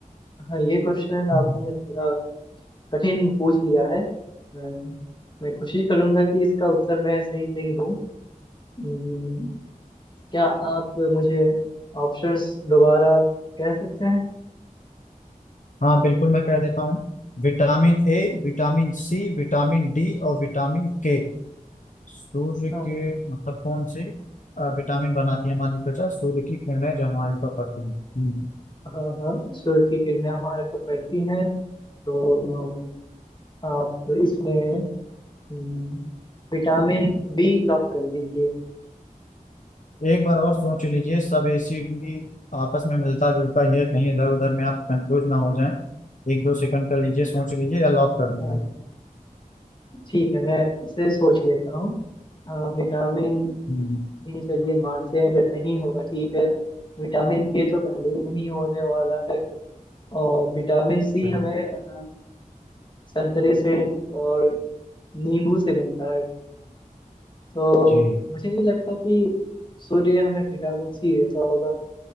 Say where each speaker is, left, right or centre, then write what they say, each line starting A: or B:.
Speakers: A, on the left; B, on the left.
A: हाँ ये क्वेश्चन
B: अच्छा
A: आपने थोड़ा कठिन पूछ लिया है मैं मैं कोशिश करूंगा कि इसका उत्तर मैं सही सही दूं हम्म, क्या आप मुझे ऑप्शंस दोबारा कह सकते हैं
B: हाँ बिल्कुल मैं कह देता हूँ Vitamin A vitamin C vitamin D और विटामिन के सूर्य के
A: हाँ,
B: मतलब कौन से अ, विटामिन बनाती है हमारी त्वचा सूर्य की किरणें जो हमारे ऊपर पड़ती हैं हम्म।
A: हाँ हाँ सूर्य की किरणें हमारे पर पड़ती हैं तो अ, आप इसमें हम्म, विटामिन बी लॉक कर दीजिए
B: एक बार और सोच लीजिए सब एसिड आपस में मिलता जुलता ही है कहीं इधर उधर में आप कंफ्यूज ना हो जाएं एक दो सेकंड कर लीजिए सोच लीजिए या लॉक कर देना
A: अ, ठीक है मैं इसे सोच लेता हूँ अ, विटामिन
B: हम्म,
A: बी चलिए मानते हैं कि नहीं होगा ठीक है विटामिन के तो पहले ही नहीं होने वाला है और विटामिन सी
B: अच्छा,
A: हमें अ, संतरे से और नींबू से मिलता है तो
B: जी
A: मुझे नहीं लगता कि सूर्य हमें विटामिन सी देता होगा